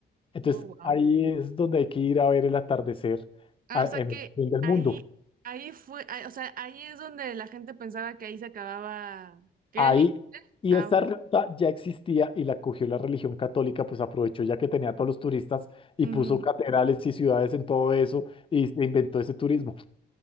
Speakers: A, on the left (about 25°); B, on the right (about 45°).
A: Entonces
B: Oh, wow.
A: ahí es donde hay que ir a ver el atardecer
B: Ah,
A: a-
B: o sea
A: en
B: que
A: el fin del
B: ahí,
A: mundo.
B: ahí fue, ah, o sea, ahí es donde la gente pensaba que ahí se acababa. que
A: Ahí,
B: era el límite.
A: y
B: Ah,
A: esa ruta ya existía y la cogió la religión católica, pues aprovechó ya que tenía a todos los turistas y
B: ujú.
A: puso catedrales y ciudades en todo eso y se inventó ese turismo.